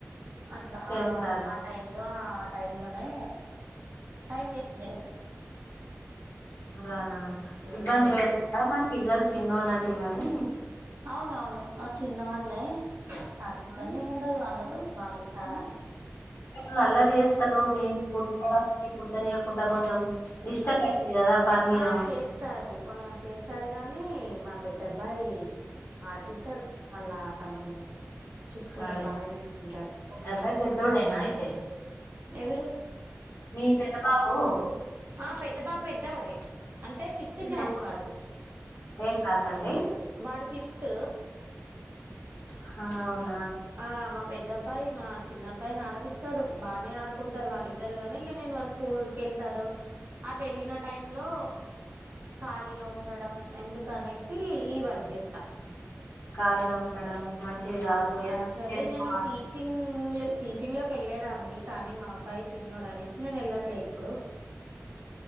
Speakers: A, on the right; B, on the left.
A: అట్లా
B: చేస్తారా
A: ఆ ఆ ఆ టైం లో ఆ టైం డనే టైం వేస్ట్ చేయను
B: అలానా
A: మ్మ్
B: ఇబ్బంది పెడతరా మరి పిల్లలు చిన్నో లంటి వనీ
A: అవునవును ఆ చిన్న వాళ్లే కానీ ఇబ్బంది ఏమి ఉండదు వాళ్ళతో వాళ్ళు సా
B: వాళ్ అల్లరి చేస్తారు నన్ కుట్టుకోడానికి కూడ్తానే ఉన్ అంటే కొంచెం డిస్టర్బ్ అయితది కదా పని మీద
A: ఆ
B: ఉం
A: చేస్తారు ఆ చేస్తారు కానీ మా పెద్ద అబ్బాయి ఆడిపిస్తాడు వాళ్ళా తమ్ముడిని చూసుకుంటడు
B: అరే
A: బానే చూసుకుంటాడు
B: పెద్ద అబ్బాయి పెద్దోడేనా అయితే
A: ఎవరు
B: మీ పెద బాబు
A: ఆ పెద్ద పాప పెద్దవీడే అంటే ఫిఫ్త్ క్లాస్
B: చదువు
A: వాడు
B: ఏ క్లాస్ అండి
A: వాడు ఫిఫ్త్
B: హ అవున్
A: ఆ మా పెద్దబ్బాయి మా చిన్న అబ్బాయిని ఆడిపిస్తాడు బాగానే ఆడుకుంటారు వాళ్ళిద్దరు నే ఇక నేను వాళ్ళు స్కూల్కి వెళ్తారు అట్లా వెళ్ళిన టై లో ఖాళీగా ఉండడం ఎందుక అనేసి ఈ వర్క్ చేస్తా
B: ఖాళీగా ఉండడం మంచిది కాదు ఏ
A: ఆక్చువల్లీ
B: చేసుకోవాలి
A: నేను టీచింగ్ టీచింగ్ లోకి వెళ్ళలేదాన్ని కానీ మా అబ్బాయి చిన్నోడు అనేసి నేను వెళ్ళట్లే ఇప్పుడు